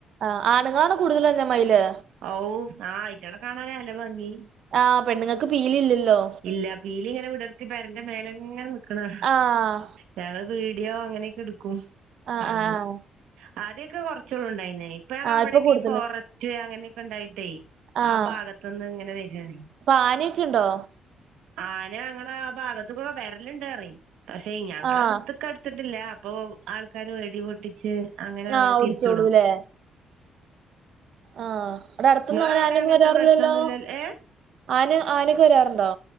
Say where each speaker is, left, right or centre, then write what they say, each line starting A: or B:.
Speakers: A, on the right (about 65°); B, on the right (about 80°).
A: ആ ആണുങ്ങളാണ് കൂടുതല് വരുന്ന മയില്
B: ഔ ആ ആയിറ്റകളെ കാണാനാ നല്ല ഭംഗി
A: ആഹ് പെണ്ണുങ്ങൾക്ക് പീലി ഇല്ലല്ലോ
B: ഇല്ല പീലി ഇങ്ങനെ വിടർത്തിപ്പെരന്റെ മേലെ ഇങ്ങനെ നിക്കണ്
A: ആഹ്
B: ഞങ്ങള് വീഡിയോ അങ്ങനെയൊക്കെ എടുക്കും
A: ആഹ്
B: കാണുമ്പോ
A: ആഹ്
B: ആദ്യൊക്കെ കുറചോള്ളൂ ഉണ്ടായിനേ.
A: ആ ഇപ്പൊ കുട്
B: ഫോറസ്റ്റ് അങ്ങനെയൊക്കെ ഉണ്ടായിട്ടേ
A: ആഹ്
B: ആ ഭാഗത്ത് നിന്ന് ഇങ്ങനെ വരുവാണെ
A: അപ്പൊ ആനയൊക്കെ ഉണ്ടോ
B: ആന ഞങ്ങളെ ആ ഭാഗത്ത്പ്പോ വരലിണ്ടറയും പക്ഷെ ഞങ്ങള്
A: ആഹ്
B: അവിടത്തൊക്കെ അടുത്തിട്ടില്ല അപ്പൊ ആൾക്കാര് വെടി പൊട്ടിച്ച് അങ്ങനെ
A: ആഹ്
B: അവരെ
A: ഓടിച്ചോളൂല്ലേ
B: തിരിച്ചുവിടും
A: ആഹ് ഇവിടെ അടുത്തന്നും
B: നിങ്ങളവിടെ
A: അങ്ങനെ ആനെന്നും
B: അങ്ങനത്തെ
A: വരാറില്ലല്ലോ
B: പ്രശ്നൊന്നുമില്ലല്ലോ ഏ
A: അന് ആനക്കെ വരാറുണ്ടോ